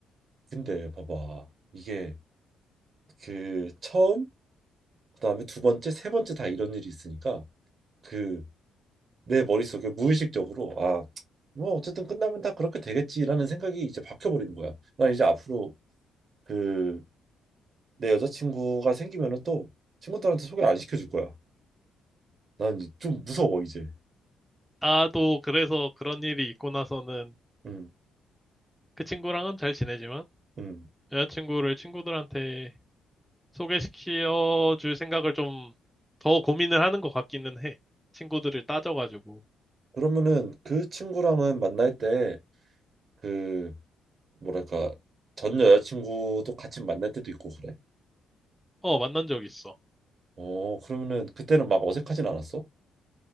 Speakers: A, on the right (about 50°); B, in the centre.
A: 근데 봐봐. 이게 그 처음, 그다음에 두 번째, 세 번째 다 이런 일이 있으니까 그 내 머릿속에 무의식적으로 아, 뭐 어쨌든 끝나면 다 그렇게 되겠지라는 생각이 이제 박혀버리는 거야. 난 이제 앞으로 그 내 여자친구가 생기면은 또 친구들한테 소개 안 시켜줄 거야. 난 좀 무서워 이제.
B: 나도 그래서 그런 일이 있고 나서는
A: 음,
B: 그 친구랑은 잘 지내지만
A: 음.
B: 여자친구를 친구들한테 소개시켜 줄 생각을 좀 더 고민을 하는 것 같기는 해. 친구들을 따져가지고.
A: 그러면은 그 친구랑은 만날 때 그 뭐랄까 전 여자친구도 같이 만날 때도 있고 그래?
B: 어, 만난 적 있어.
A: 어 그러면은 그때는 막 어색하진 않았어?